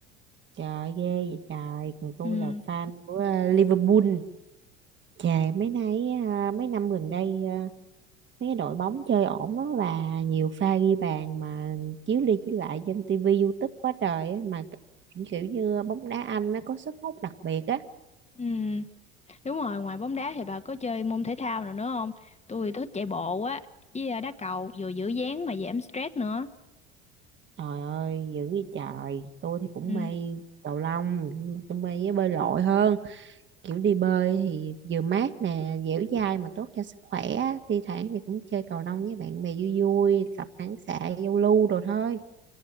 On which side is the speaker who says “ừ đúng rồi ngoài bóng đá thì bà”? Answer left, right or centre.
Left